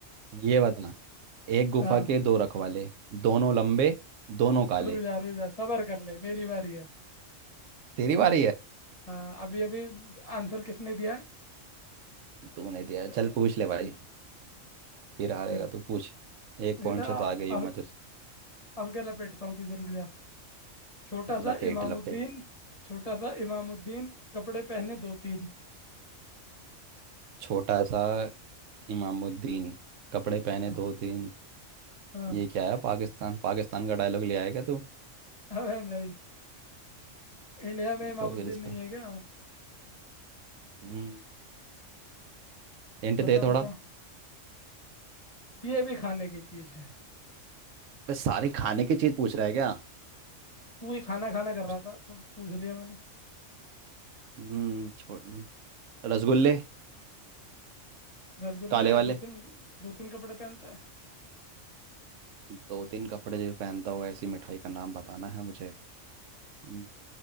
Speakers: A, on the right (about 75°); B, on the left (about 30°).
A: ये बता एक गुफा
B: हाँ
A: के दो रखवाले दोनों लंबे दोनों काले
B: रुक जा रुक जा सबर कर ले मेरी बारी है
A: तेरी बारी है
B: हाँ अभी अभी आंसर किसने दिया है
A: तूने दिया
B: अ,
A: चल पूछ ले भाई फिर हारेगा
B: चल
A: तू पूछ एक
B: बेटा
A: पॉइंट से तो आगे ही हूँ
B: अब
A: मैं तो
B: अब क्या लपेटता हूँ तुझे रुक जा छोटा सा
A: लपेट
B: इमामुद्दीन
A: लपेट
B: छोटा सा इमामुद्दीन कपड़े पहने दो तीन
A: छोटा सा इमामुद्दीन कपड़े पहने
B: हाँ
A: दो तीन
B: हाँ
A: ये क्या है पाकिस्तान पाकिस्तान का डायलॉग ले आएगा तू
B: अबे नहीं इंडिया में इमामुद्दीन
A: तो फिर इसका
B: नहीं है क्या
A: हम्म हिंट
B: बता
A: दे
B: बता
A: थोड़ा
B: ये भी खाने की चीज है
A: बस सारे खाने की चीज पूछ रहा है क्या
B: तू ही खाना खाना कर
A: कुछ
B: रहा था तो पूछ लिया मैंने
A: हम्म छोड़ रसगुल्ले
B: रसगुल्ले
A: काले वाले
B: दो तीन दो तीन कपड़े पहनता है
A: दो तीन कपड़े जो पहनता हुआ ऐसी मिठाई का नाम बताना है मुझे हम्म,